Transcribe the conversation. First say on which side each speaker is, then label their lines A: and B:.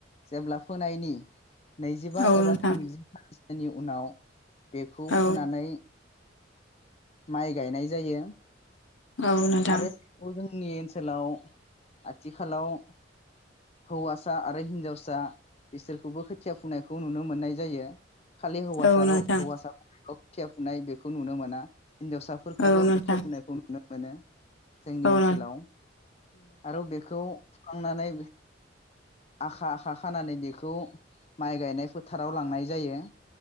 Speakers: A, on the left; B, on the left.
A: जेब्ला फोनायनि नैजिबा
B: औ
A: एबा
B: नोंथां
A: थामजि <unintelligible> बेनि उनाव बेखौ
B: औ
A: फुनानै माइ गायनाय जायो।
B: औ नोंथां।
A: आरो बेखौ जोंनि ओनसोलाव आथिखालाव हौवासा आरो हिनजावसा बिसोरखौबो खोथिया फुंनायखौ नुनो मोननाय जायो। खालि हौवासा
B: औ
A: र'
B: नोंथां
A: हौवासा <unintelligible> थिया फुनाय बेखौ नुनो मोना। हिन्जावसाफोरखौबो
B: औ नोंथां
A: खोथिया फुनायखौ नुनो मोनो। जोंनि
B: औ नोंथां औ
A: ओनसोलाव आरो बेखौ फुखांनानै आखा आखा खानानै बेखौ माइ गायनाय फोथाराव लांनाय जायो।